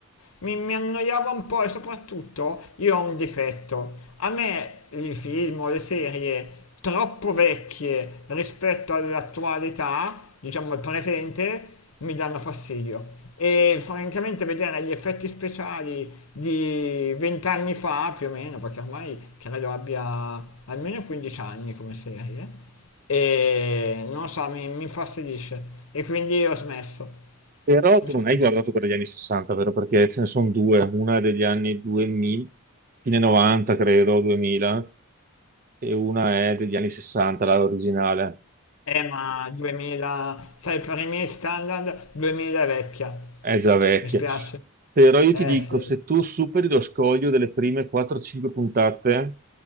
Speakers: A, on the left (about 70°); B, on the right (about 40°).
A: Mi, mi annoiava un po' e soprattutto io ho un difetto. A me i film o le serie troppo vecchie rispetto all'attualità, diciamo al presente, mi danno fastidio. E francamente vedere gli effetti speciali di vent'anni fa, più o meno, perché ormai credo abbia almeno 15 anni come serie, e non so, mi, mi infastidisce. E quindi ho smesso.
B: però
A: Mi
B: tu
A: spiace.
B: non hai guardato quella degli anni 60, vero? Perché ce ne sono due, una è degli anni 2000, fine 90 credo, 2000, e una è degli anni 60, la originale.
A: Eh, ma 2000, sai, per i miei standard 2000 è vecchia,
B: è già vecchia.
A: mi spiace.
B: Però io
A: Eh
B: ti dico,
A: sì.
B: se tu superi lo scoglio delle prime 4-5 puntate,